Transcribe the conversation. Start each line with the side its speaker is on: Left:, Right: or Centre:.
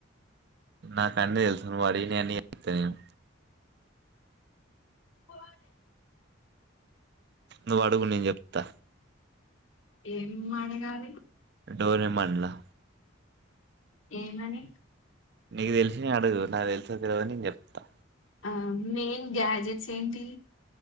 Right: నాకంటే తెలుసు నువ్ అడిగినవన్నీ చెస్తా నేను
Left: ఉ
Right: నువ్వు అడుగు నేను చెప్తా
Left: ఏం అడగాలి?
Right: డోరేమాన్ ల
Left: ఏమని
Right: నీకు తెలిసినవి అడుగు నాకు తెలుసంత వరకు నేను చెప్తాను
Left: ఆ మేయిన్ గ్యాజెట్స్ ఏంటి